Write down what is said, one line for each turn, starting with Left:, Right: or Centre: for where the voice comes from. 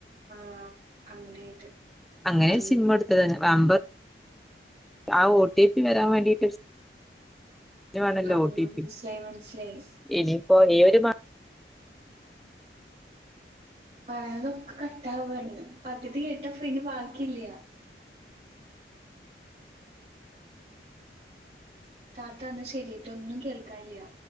Right: ആഹ് അങ്ങനെയായിട്ട്
Centre: അങ്ങനെ
Right: അങ്
Centre: ഒരു സിമ്മെടുത്തത് തന്നെ വമ്പ് ആ ഒ ടി പി വരാൻ വേണ്ടിട്ട് ന് വേണോലോ
Right: ആഹ്
Centre: ഒ ടി
Right: മനസ്സിലായി
Centre: പി
Right: മനസ്സിലായി
Centre: ഇനിപ്പോ ലീവ്
Right: പറയുന്നതൊക്കെ കട്ടാവ്വാണ് പകുതി കേട്ട ഫിന്നെ ബാക്കിയില്ല താത്താന്നാ ശരിട്ടോ ഒന്നും കേൾക്കണില്ല